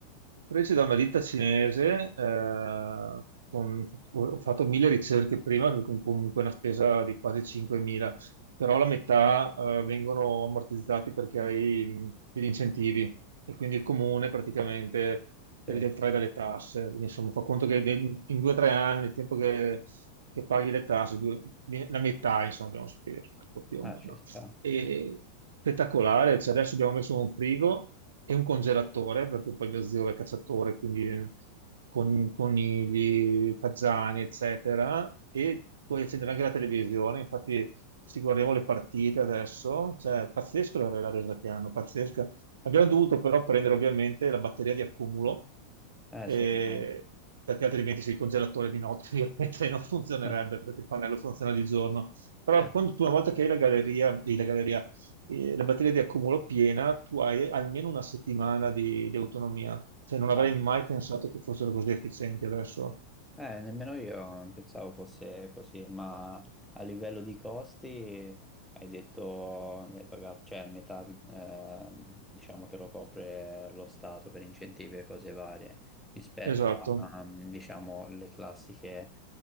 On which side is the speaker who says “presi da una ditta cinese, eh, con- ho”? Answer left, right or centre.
Right